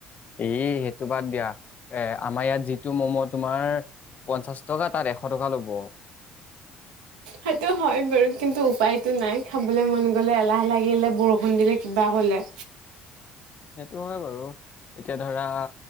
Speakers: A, on the left; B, on the right.
A: এ সেইটো বাদ দিয়া এ আমাৰ ইয়াত যিটো ম'ম' তোমাৰ পঞ্চাশ টকা তাত এশ টকা ল'ব।
B: সেইটো হয় বাৰু কিন্তু উপায়তটো নাই খাবলে মন গলে এলাহ লাগিলে বৰষুণ দিলে কিবা হ'লে।
A: সেইটো হয় বাৰু এতিয়া ধৰা